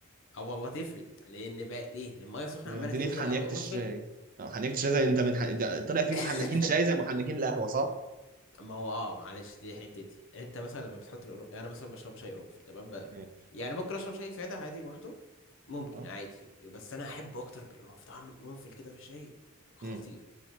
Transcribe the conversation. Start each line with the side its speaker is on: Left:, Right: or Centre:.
Left: اه والله تفرق لان بقى ليه لان الميه سخنه
Right: يوديني
Left: عماله تنزل
Right: في حنيكة
Left: على القرنفل
Right: الشاي آه، حنيكة الشاي زي انت من حن... ده طلع في
Left: <laughs>
Right: محنكين شاي زي محنكين القهوة صح؟
Left: ما هو اه معلش دي حتتي انت مثلا لما بتحط القرنفل انا مثلا بشرب شاي قرنفل تمام بقى
Right: مم.
Left: يعني ممكن اشرب شاي ساده عادي لوحده ممكن
Right: اه
Left: عادي بس انا احب اكتر بالقرنفل طعم القرنفل كده في الشاي خطير
Right: امم